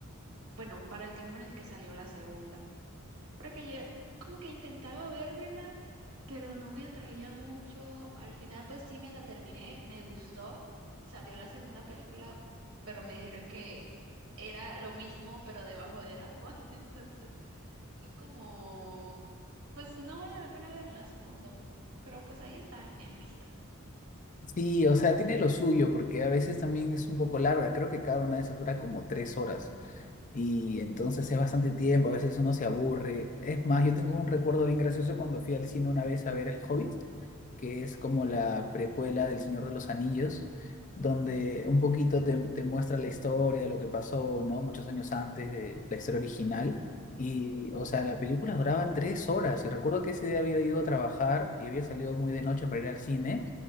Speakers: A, on the right; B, on the left.
A: bueno, para el tiempo en el que salió la segunda. Porque yo como que intentaba vérmela, pero no me atraía mucho. Al final pues sí me la terminé, me gustó. Salió la segunda película, pero me dijeron que era lo mismo, pero debajo del agua. <laughs> Entonces fue como, pues no vale la pena verla, supongo. Pero pues ahí está en lista.
B: Sí, o sea, tiene lo suyo, porque a veces también es un poco larga, creo que cada una de esas dura como tres horas. Y entonces es bastante tiempo, a veces uno se aburre. Es más, yo tengo un recuerdo bien gracioso cuando fui al cine una vez a ver El Hobbit, que es como la precuela del Señor de los Anillos,
A: Ujú.
B: donde un poquito te, te muestra la historia de lo que pasó, ¿no? Muchos años antes de la historia original. Y, o sea, la película duraba tres horas. Y recuerdo que ese día había ido a trabajar y había salido muy de noche para ir al cine